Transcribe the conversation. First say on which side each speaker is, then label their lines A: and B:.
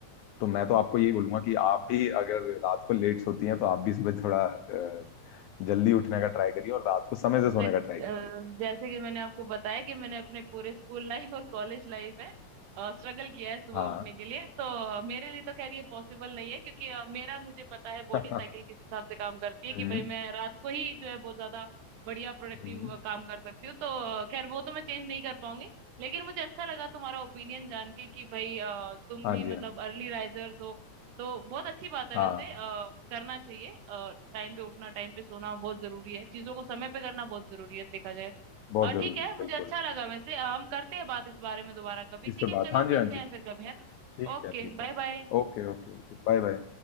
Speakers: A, on the left (about 75°); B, on the right (about 70°).
A: तो मैं तो आपको यही बोलूंगा कि आप भी अगर रात को लेट सोती हैं तो आप भी सुबह थोड़ा अ, जल्दी उठने का ट्राई करिए और रात को समय से
B: बस
A: सोने का ट्राई कीजिए
B: अ, जैसे कि मैंने आपको बताया कि मैंने अपने पूरे स्कूल लाइफ और कॉलेज लाइफ में स्ट्रगल किया है सुबह
A: हाँ
B: उठने के लिए तो अ, मेरे लिए तो खैर ये पॉसिबल नहीं है क्योंकि अ, मेरा मुझे पता है बॉडी
A: <laughs>
B: साइकिल किस हिसाब से काम करती है
A: हम्म
B: कि भाई मैं रात को ही जो है बहुत ज्यादा बढ़िया प्रोडक्टिव
A: हम्म
B: काम कर सकती हूँ तो अ, खैर वो तो मैं चेंज नहीं कर पाऊंगी लेकिन मुझे अच्छा लगा तुम्हारा ओपिनियन जान के कि भाई अ, तुम
A: हाँ
B: भी
A: जी
B: मतलब
A: हाँ जी
B: अर्ली राइजर्स हो तो बहुत अच्छी बात है
A: हाँ
B: वैसे करना चाहिए टाइम पे उठना टाइम पे सोना बहुत जरूरी है चीजों को समय पे करना बहुत जरूरी है देखा जाए तो
A: बहुत
B: अ, ठीक
A: जरूरी
B: है
A: है
B: मुझे
A: बिल्कुल
B: अच्छा लगा वैसे अ, हम करते हैं बात इस बारे में दोबारा कभी
A: इस
B: ठीक
A: पे
B: है
A: बात
B: चलो
A: हाँ जी
B: मिलते
A: हाँ जी
B: हैं फिर कभी है ना
A: ठीक
B: Okay
A: है ठीक
B: bye
A: है
B: bye
A: Okay okay okay bye bye